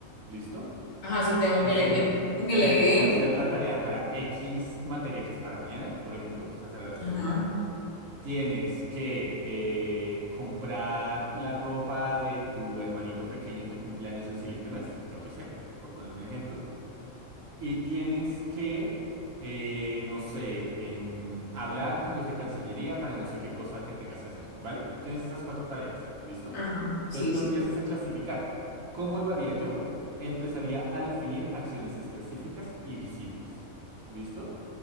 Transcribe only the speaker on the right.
¿listo?
Es
una.
Tienes
que hacer la tarea para X materia que es para mañana, por ejemplo. Esa será la segunda.
Tienes que eh, comprar la ropa de tu hermanito pequeño que cumple años el siguiente mes, yo qué sé, por poner un ejemplo. Y tienes que, eh, no sé, em, hablar con los de Cancillería para no sé qué cosa que tengas que hacer, ¿vale? Tienes esas cuatro tareas, ¿listo?
Entonces
tú
empiezas a clasificar. ¿Cómo lo haría yo? Empezaría a definir acciones específicas y visibles. ¿Listo?